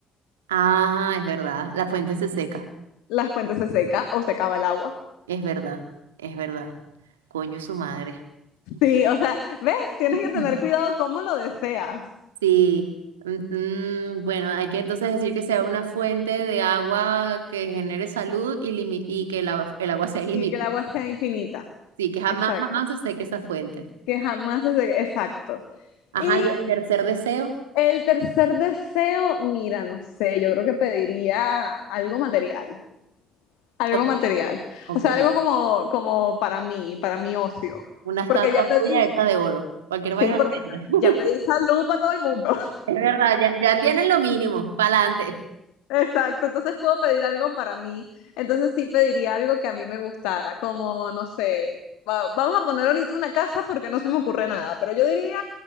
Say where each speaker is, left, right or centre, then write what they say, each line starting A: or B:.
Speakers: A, on the right; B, on the left.
A: Ah, es verdad. La fuente se seca.
B: La fuente se seca o se acaba el agua.
A: Es verdad. Es verdad. Coño, es su madre.
B: Sí, o sea, ves, tienes
A: <laughs>
B: que tener cuidado cómo lo deseas.
A: Sí. Mm, mm, bueno, hay que entonces decir que sea una fuente de agua que genere salud y, limi- y que el agua, el agua sea ilimitada.
B: y que el agua sea infinita.
A: Sí, que jamás,
B: Exacto.
A: jamás se seque esa fuente.
B: Que jamás se... seque. Exacto.
A: Ajá,
B: Y
A: y el tercer deseo.
B: el tercer deseo, mira, no sé, yo creo que pediría algo material. Algo
A: o-
B: material.
A: ok.
B: O sea, algo como, como para mí, para mi ocio.
A: Una estatua
B: Porque ya pedí,
A: tuya hecha de oro. Cualquier vaina
B: sí, porque
A: la vende. <laughs>
B: ya, ya pedí salud para todo el mundo.
A: Es verdad, ya, ya tienen lo mínimo. Para adelante.
B: Exacto, entonces puedo pedir algo para mí. Entonces sí pediría algo que a mí me gustara, como, no sé, va- vamos a poner ahorita una casa porque no se me ocurre nada, pero yo diría